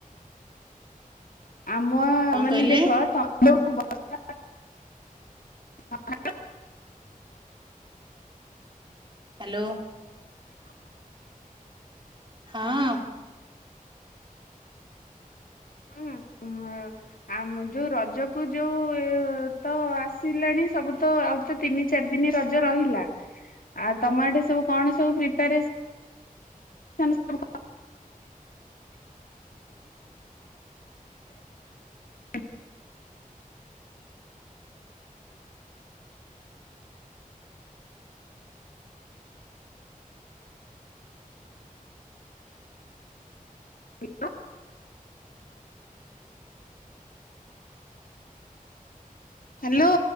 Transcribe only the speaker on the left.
ଆମ
ମାନେ
ଦେଖ ତ ହାଲୋ ବର୍ଷା <unintelligible>
ହୁଁ ଆ ଯୋଉ ରଜକୁ ଯୋଉ ତ ଆସିଲାଣି ସବୁ ତ ଆଉ ତ ତିନି ଚାରି ଦିନ ରଜ ରହିଲା ଆଉ ତମ ଏଠେ ସବୁ କଣ ସବୁ ପ୍ରିପାରେସନ୍ ସନ୍ ସବୁ <unintelligible> କି କଣ ହାଲୋ।